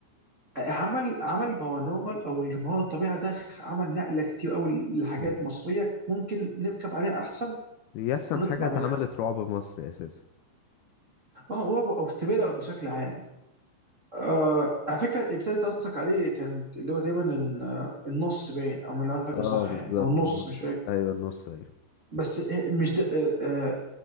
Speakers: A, on the right; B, on the left.
A: آه، عمل عمل بارانورمال او اللي ما هو الطبيعه ده عمل نقله كتير قوي لحاجات
B: مم.
A: مصريه كانت ممكن نركب عليها احسن
B: دي احسن
A: ونطلع
B: حاجة اتعملت
A: منها
B: رعب مصري اساسا
A: اه رعب او ثريلر بشكل عام آه على فكره اللي ابتديت قصدك عليه كان اللي هو تقريبا إن- آه، النص باين او اللي انا فاكر
B: اه
A: صح
B: بالظبط
A: يعني او النص
B: النص
A: مش فاكر
B: ايوه النص ايوه
A: بس ه- مش ده آه، آه،